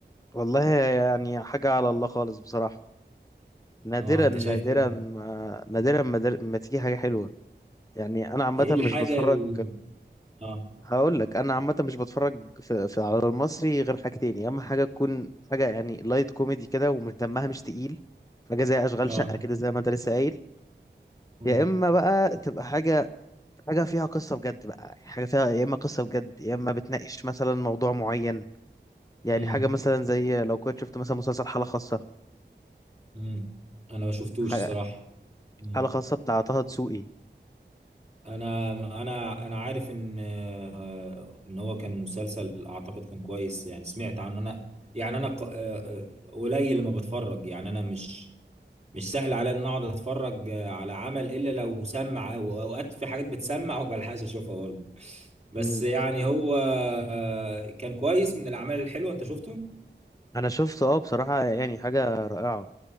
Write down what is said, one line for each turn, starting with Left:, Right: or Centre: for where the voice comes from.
Left: والله يعني حاجة على الله خالص بصراحة نادرا
Right: اه انت شايف
Left: نادرا
Right: ايه
Left: ما نادرا ما, در- ما تيجي حاجة حلوة يعني انا عامة
Right: إيه الحاجة
Left: مش بتفرج
Right: ال... اه
Left: هقول لك انا عامه مش بتفرج في, في على المصري غير حاجتين يا اما حاجه تكون حاجه يعني لايت كوميدي كده ومش دمها مش تقيل حاجه زي اشغال
Right: اه
Left: شقه كده زي ما انت لسه قايل
Right: مم.
Left: يا اما بقى تبقى حاجه حاجه فيها قصه بجد بقى حاجه فيها يا اما قصه بجد يا اما بتناقش مثلا موضوع معين يعني
Right: مم.
Left: حاجه مثلا زي لو كنت شفت مثلا مسلسل حاله خاصه
Right: مم. انا ما شفتوش
Left: حاجه
Right: الصراحة مم.
Left: حاله خاصه بتاع طه دسوقي
Right: انا انا انا عارف ان آه، ان هو كان مسلسل اعتقد كان كويس يعني سمعت عنه انا يعني انا ق- آه، آه، قليل لما بتفرج يعني انا مش مش سهل عليا ان اقعد اتفرج على عمل الا لو سمع او اوقات في حاجات بتسمع وما بلحقش اشوفها برضه بس
Left: مم.
Right: يعني هو آه، كان كويس من الاعمال الحلوه انت شفته
Left: انا شفته اه بصراحه يعني حاجه رائعه